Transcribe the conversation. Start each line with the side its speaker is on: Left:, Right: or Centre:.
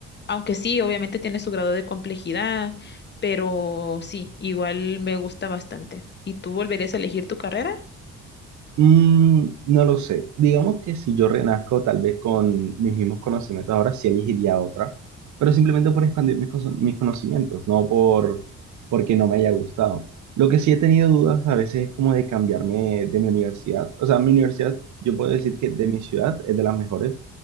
Left: aunque sí, obviamente tiene su grado de complejidad, pero sí, igual me gusta bastante. ¿Y tú volverías a elegir tu carrera?
Right: Mm, no lo sé. Digamos que si yo renazco tal vez con mis mismos conocimientos ahora, sí elegiría otra, pero simplemente por expandir mis, cono- mis conocimientos, no por porque no me haya gustado. Lo que sí he tenido dudas a veces es como de cambiarme de mi universidad. O sea, mi universidad, yo puedo decir que de mi ciudad es de las mejores